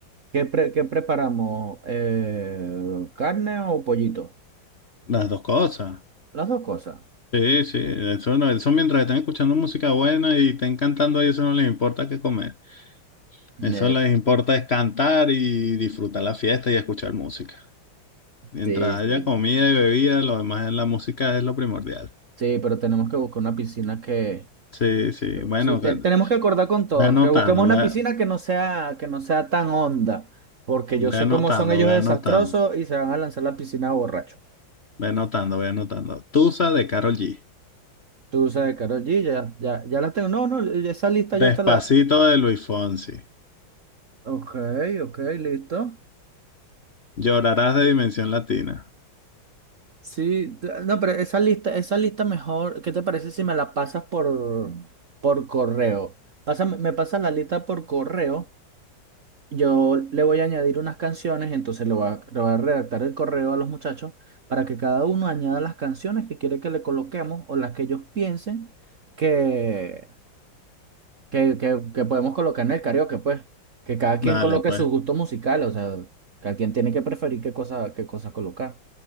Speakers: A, on the right; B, on the left.
A: ¿qué, pre- qué preparamos? Eh, ¿carne o pollito?
B: Las dos cosas.
A: Las dos cosas.
B: Sí, sí, eso no, eso mientras están escuchando música buena y estén cantando ahí, eso no les importa qué comer. Eso
A: Eh,
B: les importa es cantar y disfrutar la fiesta y escuchar música. Mientras
A: sí,
B: haya
A: sí.
B: comida y bebida, lo demás es la música es lo primordial.
A: Sí, pero tenemos que buscar una piscina que
B: Sí, sí, bueno,
A: Sí, te-
B: que-
A: tenemos que acordar con todos,
B: ve anotando,
A: que busquemos una
B: ve,
A: piscina que no sea, que no sea tan honda, porque yo
B: ve
A: sé
B: anotando,
A: cómo son ellos
B: ve
A: de desastrosos
B: anotando.
A: y se van a lanzar la piscina borracho.
B: Ve anotando, ve anotando. Tusa de Karol G.
A: Tú sabes, Karol G, ya, ya, ya la tengo. No, no, esa lista
B: Despacito
A: yo te la.
B: de Luis Fonsi.
A: Ok, ok, listo.
B: Llorarás de Dimensión Latina.
A: Sí, te- no, pero esa lista, esa lista mejor, ¿qué te parece si me la pasas por, por correo? Pásame- me pasas la lista por correo Yo le voy a añadir unas canciones, entonces le voy a, le voy a redactar el correo a los muchachos para que cada uno añada las canciones que quiere que le coloquemos o las que ellos piensen que, que, que, que podemos colocar en el karaoke, pues. Que cada quien
B: Dale,
A: coloque
B: pues.
A: sus gustos musicales, o sea, cada quien tiene que preferir qué cosa, qué cosa colocar.